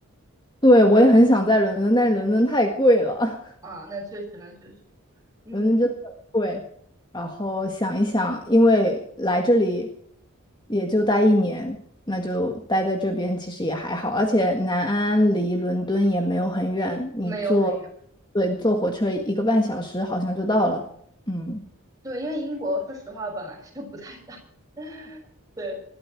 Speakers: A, on the left; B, on the right.
A: 对，我也很想在伦敦，但是伦敦太贵了。
B: 啊。那确实那确实，嗯，
A: 伦敦真的很贵。然后想一想，因为来这里也就待一年，那就待在这边其实也还好。而且南安离伦敦也没有很远，你坐，
B: 没有很远。
A: 对，坐火车一个半小时好像就到了。嗯。
B: 对，因为英国说实话本来就不太大，<laughs> 对。